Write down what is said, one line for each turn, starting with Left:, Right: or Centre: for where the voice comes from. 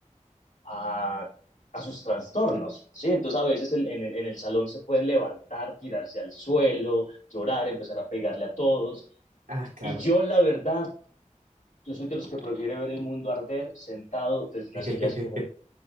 Left: a, a sus trastornos, ¿sí? Entonces a veces en, en- en el salón se pueden levantar, tirarse al suelo, llorar, empezar a pegarle a todos.
Right: Ah, claro.
Left: Y yo, la verdad, yo soy de los que prefiere ver el mundo arder sentado desde una
Right: <laughs>
Left: silla así como,